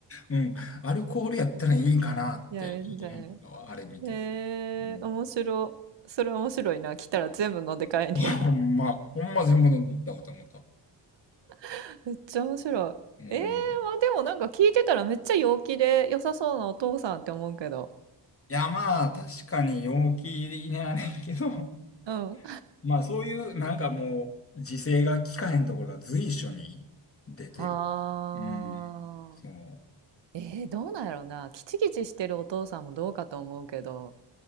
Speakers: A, on the left; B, on the right.
A: うん、アルコールやったらいいんかなって、
B: <laughs> いや、
A: ちょっと思ったわ、
B: みたいな。
A: あれ見て。
B: へえ、
A: うん、
B: 面白。それ面白いな。来たら全部飲んで帰んねや。
A: <laughs> ほんま、ほんま全部飲んでいったわと思った。
B: <laughs> めっちゃ面白い。
A: うん。
B: ええ、まあでもなんか聞いてたらめっちゃ陽気で良さそうなお父さんって思うけど。
A: いや、まあ、確かに陽気にあれんけど、
B: うん。
A: <laughs> まあそういう、なんかもう、自制が効かへんところが随所に出てる。
B: ああ。
A: うん。そう。
B: えー、どうなんやろうな。キチキチしてるお父さんもどうかと思うけど。